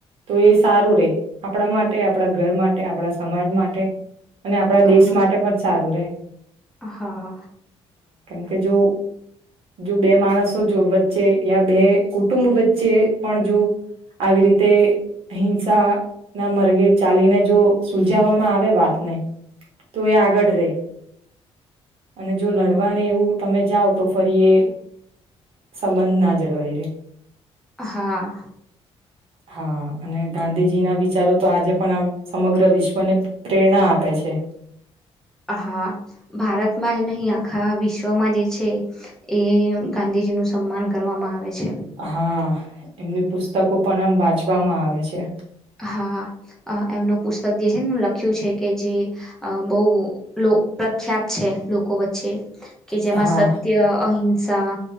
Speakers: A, on the right (about 60°); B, in the centre.
A: તો સારું રે આપણા માટે આપણા ઘર માટે આપણા સમાજ માટે અને આપણા દેશ
B: હા
A: માટે પણ સારું રે
B: હા
A: કે જો જો બે માણસો જો વચ્ચે યા બે કુટુંબ વચ્ચે પણ જો આવી રીતે હિંસા ના માર્ગે ચાલીને જો સુલાવામાં આવે વાતને તો એ આગળ રે અને જો લડવાને એવું તમે જાઓ તો ફરી એ સંબંધ ના જળવાય રે.
B: હા
A: હા.. અને ગાંધીજી ના વિચારો તો આજે પણ આમ સમગ્ર વિશ્વને પ્રેરણા આપે છે.
B: હા ભારતમાં જ નહીં આ આખા વિશ્વમાં જે છે એ ગાંધીજી નું સન્માન કરવામાં આવે છે.
A: હા.. એમની પુસ્તકો પણ આમ વાંચવામાં આવે છે.
B: હા.. અમ્ એમનું પુસ્તક જે છે ને લખ્યું છે કે જે બહુ લો.. પ્રખ્યાત છે લોકો વચ્ચે. કે જેમાં
A: હા
B: સત્યઅ અહિં સા..